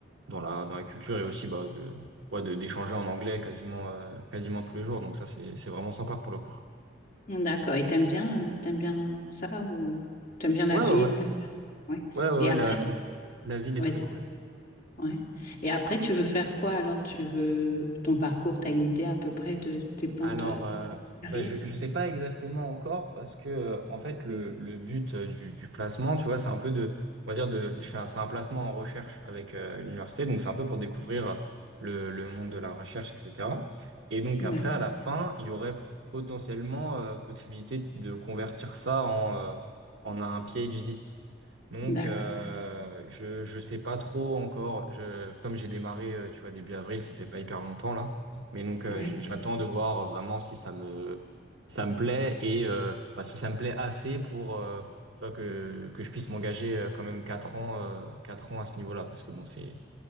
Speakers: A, on the right; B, on the left.
A: dans la, dans la culture et aussi bah, de, ouais, de, d'échanger en anglais quasiment, euh, quasiment tous les jours. Donc ça, c'est, c'est vraiment sympa pour le coup.
B: D'accord. Et t'aimes bien, euh, t'aimes bien ça ou t'aimes bien la
A: Ouais,
B: ville?
A: ouais, ouais.
B: t'aimes- Ouais.
A: Ouais, ouais,
B: Et
A: ouais,
B: après,
A: la, la ville
B: vas-y.
A: est très cool.
B: Ouais. Et après, tu veux faire quoi alors? Tu veux ton parcours, t'as une idée à peu près de tes plans
A: Alors,
B: de
A: euh,
B: carrière?
A: bah, je ne sais pas exactement encore parce que, euh, en fait, le, le but euh, du, du placement, tu vois, c'est un peu de, on va dire, de, je fais un- c'est un placement en recherche avec euh, l'université, donc c'est un peu pour découvrir euh, le, le monde de la recherche, etc. Et donc,
B: D'ac-
A: après, à la fin, il y aurait potentiellement euh, possibilité de convertir ça en, euh, en un PhD. Donc,
B: D'accord.
A: euh, je je sais pas trop encore. Je comme j'ai démarré, euh, tu vois, début avril, ça fait pas hyper longtemps là. Mais donc, euh,
B: Oui.
A: j- j'attends de voir euh, vraiment si ça me si ça me plaît et euh, enfin, si ça me plaît assez pour euh, tu vois que que je puisse m'engager euh, quand même quatre ans euh, quatre ans à ce niveau-là parce que bon c'est